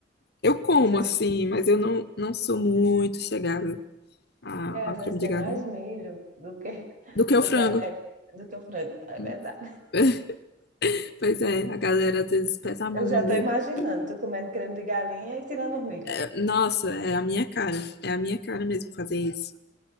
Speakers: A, on the left; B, on the right.
A: Eu como,
B: Mas é
A: assim, mas eu não, não sou muito chegada a-
B: E às
A: ao
B: vezes
A: creme
B: tem
A: de galinha.
B: mais milho do que,
A: Do que
B: do
A: o
B: que
A: frango.
B: até do que o frango. É
A: Hum.
B: verdade.
A: <laughs> Pois é, a galera às vezes pesa a mão
B: Eu já
A: no
B: estou
A: milho.
B: imaginando, tu comendo creme de galinha e tirando o milho.
A: É, Nossa, é a minha cara. É a minha cara mesmo fazer isso.